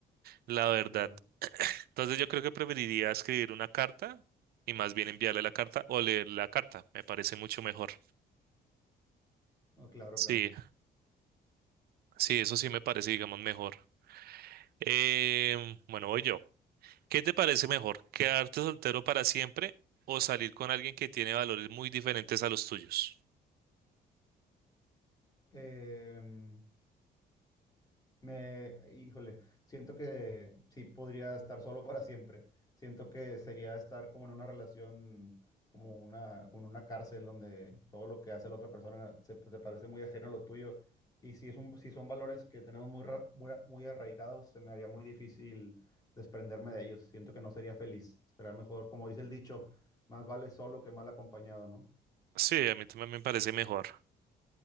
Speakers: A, on the right; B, on the left.
A: la verdad.
B: Claro.
A: Entonces yo creo que preferiría escribir una carta y más bien enviarle la carta o leer la carta. Me parece mucho mejor.
B: Oh, claro,
A: Sí,
B: claro.
A: sí, eso sí me parece, digamos, mejor. Em, bueno, voy yo. ¿Qué te parece mejor? ¿Quedarte soltero para siempre o salir con alguien que tiene valores muy diferentes a los tuyos?
B: Em, Me, híjole, siento que sí podría estar solo para siempre. Siento que sería estar como en una relación, como una, como en una cárcel donde todo lo que hace la otra persona se, se parece muy ajeno a lo tuyo. Y si es un, si son valores que tenemos muy, ra- muy, a- muy arraigados, se me haría muy difícil desprenderme de ellos. Siento que no sería feliz. Será mejor, como dice el dicho, más vale solo que mal acompañado, ¿no?
A: Sí, a mí también me parece mejor.